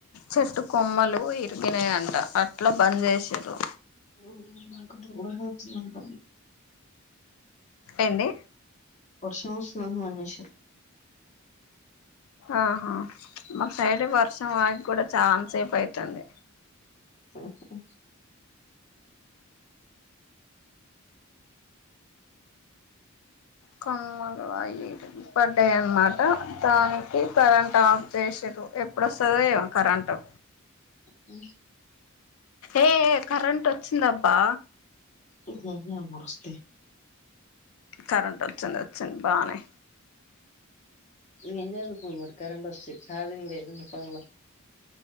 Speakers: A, on the left; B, on the left.
A: చెట్టు కొమ్మలు ఇరు తినే అంట అట్లా బంద్ చేసింరు
B: ఉ <inaudible> వచ్చిందంట
A: ఏంది
B: వర్షం వస్తుంది అని మానేసిరు
A: ఆహా మా సైడ్ వర్షం వాకి కూడా చాలాసేపు అయితుంది
B: ఉహు
A: కోమల్లు అయ పడ్డాయ అనమాట దానికి కరెంట్ ఆఫ్ చేసి ఎప్పుడోస్తాదో ఏమో కరెంటు
B: ఉ
A: ఏ కరెంట్ వచ్చిందబ్బా
B: ఉహు ఏం వస్తే
A: కరెంట్ వచ్చింది వచ్చింది బానే
B: ఏం చదువుకువు కరెంట్ వస్తే చార్జింగ్లేన్న ఫోన్లా